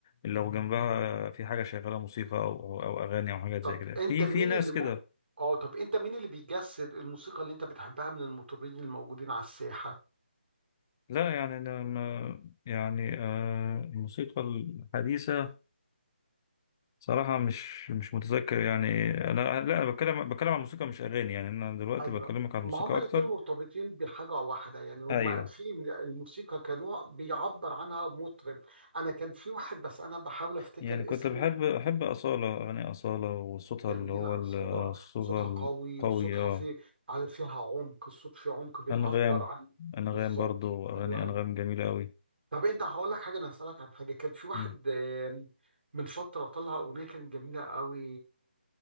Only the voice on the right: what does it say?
طب
أنت
مين
اللي م...
آه طب أنت مين اللي بيجسد الموسيقى اللي أنت بتحبها من المطربين الموجودين على الساحة؟
ايوه
ما
هما الاتنين
مرتبطين بحاجة واحدة يعني هما
في الموسيقى كنوع بيعبر عنها مطرب انا كان في واحد بس انا بحاول افتكر
اسمه
جميلة
أصالة
صوتها
قوي وصوتها
فيه على فيها عمق الصوت فيه عمق بيعبر
عن
بالظبط
حلو قوي
طب انت هقول لك حاجة انا هسألك عن حاجة كان في واحد
آم، من فترة طلع أغنية كانت جميلة قوي